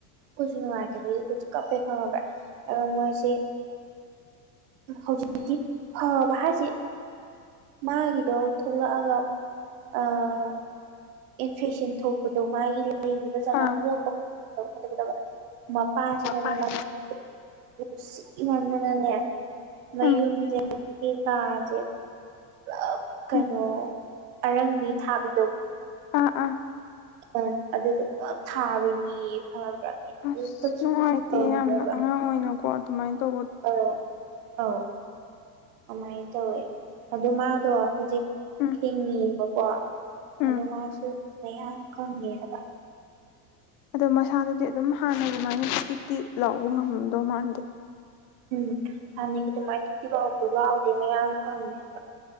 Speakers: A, on the right; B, on the left.
A: ꯈꯣꯏꯁꯨ ꯅꯨꯡꯉꯥꯏꯇꯕꯒꯤ ꯑꯩꯈꯣꯏꯁꯦ ꯀꯞꯄꯦ ꯈꯪꯉꯕ꯭ꯔꯥ ꯑꯗꯨ ꯃꯣꯏꯁꯦ ꯍꯧꯖꯤꯛꯇꯤ ꯐꯕ ꯍꯥꯏꯁꯤ ꯃꯥꯒꯤꯗꯣ ꯊꯣꯛꯂꯛꯑꯒ ꯑꯥ ꯏꯟꯐꯦꯛꯁꯟ ꯊꯣꯛꯄꯗꯣ ꯃꯥꯒꯤ ꯂꯩꯔꯤꯕ ꯖꯒꯥ
B: ꯑꯥ
A: ꯃꯣꯠꯄ <unintelligible> ꯃꯄꯥꯁꯤꯅꯅꯦ
B: ꯑꯥ
A: <unintelligible> ꯅꯨꯡꯁꯤꯃꯟꯗꯅꯅꯦ ꯃꯌꯨꯝ
B: ꯎꯝ
A: ꯖꯦ <unintelligible> ꯀꯥꯖꯦ ꯄꯨꯂꯞ ꯀꯩꯅꯣ
B: ꯎꯝ
A: ꯑꯔꯪꯕꯤ ꯊꯥꯕꯤꯗꯣ
B: ꯑꯥ ꯑꯥ
A: ꯑ ꯑꯗꯨꯗꯨ ꯄꯨꯂꯞ ꯊꯥꯕꯤꯅꯦꯌꯦ ꯈꯪꯉꯕ꯭ꯔꯥ ꯀꯩꯝꯇꯁꯨ
B: ꯑꯁ ꯅꯨꯡꯉꯥꯏꯇꯦ
A: ꯇꯧꯗꯦꯕ
B: ꯌꯥꯝꯅ ꯑꯉꯥꯡ ꯑꯣꯏꯅꯀꯣ ꯑꯗꯨꯃꯥꯏꯟ ꯇꯧꯕ
A: ꯑꯧ ꯑꯧ ꯑꯃꯥꯏꯟ ꯇꯧꯋꯦ ꯑꯗꯨ ꯃꯥꯗꯣ ꯍꯧꯖꯤꯛ
B: ꯎꯝ
A: ꯍꯤꯡꯉꯤꯕꯀꯣ
B: ꯎꯝ
A: ꯑꯗꯣ ꯃꯥꯁꯨ ꯃꯌꯥꯡ ꯀꯪꯉꯦ ꯍꯥꯏꯕ
B: ꯑꯗꯣ ꯃꯁꯥꯗꯨꯗꯤ ꯑꯗꯨꯝ ꯍꯥꯟꯅꯒꯨꯃꯥꯏꯅꯥ ꯇꯤꯛꯇꯤꯛ ꯂꯥꯎꯕ ꯉꯝꯃꯝꯗꯧ ꯃꯥꯟꯗꯦ
A: ꯎꯝ ꯍꯥꯟꯅꯒꯤ ꯑꯗꯨꯃꯥꯏ ꯇꯤꯛ ꯇꯤꯛ ꯂꯥꯎꯕꯗꯣ ꯂꯥꯎꯗꯦ ꯃꯌꯥꯡ ꯀꯪꯉꯦ ꯍꯥꯏꯕ